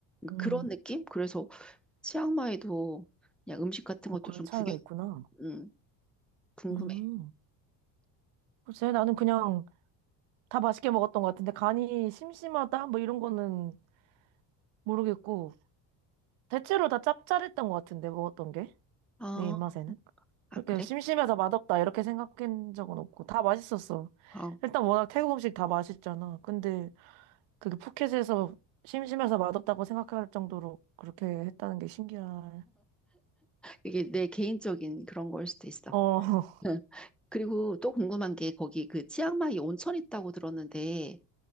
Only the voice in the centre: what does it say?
그런 느낌? 그래서 치앙마이도 그냥 음식 같은
것도
좀
구경,
응, 궁금해.
아,
아, 그래?
아,
이게 내 개인적인 그런 걸 수도 있어.
응. 그리고 또 궁금한 게 거기 그 치앙마이 온천 있다고 들었는데